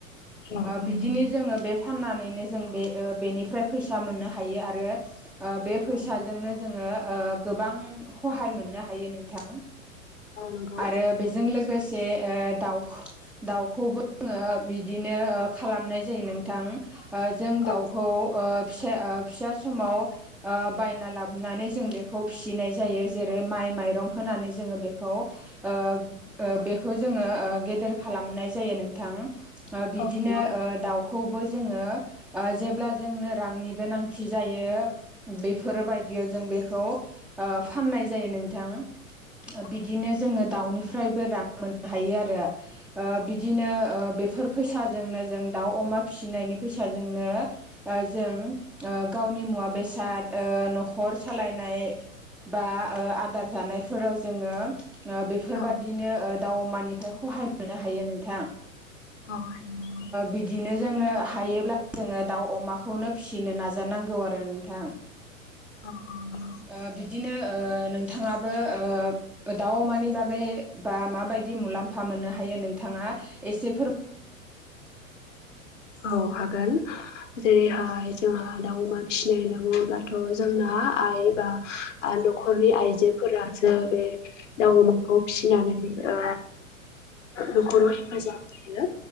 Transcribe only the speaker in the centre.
बिदिनो जोङो बे फाननानैनो जों बे ओ बेनिफ्राय फैसा मोननो हायो आरो ओ बे फैसाजोंनो
जोङो ओ गोबां खहाय मोननो हायो नोंथां।
आरो बेजों लोगो जे ओ दाउ दाउखौबो बिदि नो खालामनाय जायो नोंथां जों
दाउखौ फिसे ओ फिसा समाव ओ बायना लाबोनानै जों बेखौ फिसिनाय जायो जेरै माइ माइरं होनानै जोङो बेखौ ओ ओ बेखौ जोङो गेदेर खालामनाय जा जायो नोंथां ओ बिनोदिनो
ओ दाउ खौबो जोङो ओ जेब्ला जोंनो रांनि गोनांथि जायो बेफोरबायदियाव जों बेखौ फाननाय जायो नोंथां।
बिदिनो जोङो दाउनिफ्रायबो रां मोननो हायो आरो। ओ बिदिनो ओ बेफोर फैसाजोंनो जों दाउ अमा फिसिनायनि फैसाजोंनो जों गावनि मु मुवा बेसाद ओ न'खर सालायनाय बा आदार जानायफोराव जोङो ओ बेफोरबादिनो
ओ दाउ मानिफ्राय खहाय मोननो हायो नोंथां?
बिदिनो जोङो हायोब्ला जोङो दाउ अमाखौनो फिसिनो नाजानांगौ आरो नोंथां।
ओ बिदिनो ओ नोंथाङाबो ओ दाउ अमानि बागै बा माबायदि मुलाम्फा मोननो हायो नोंथां एसे फोर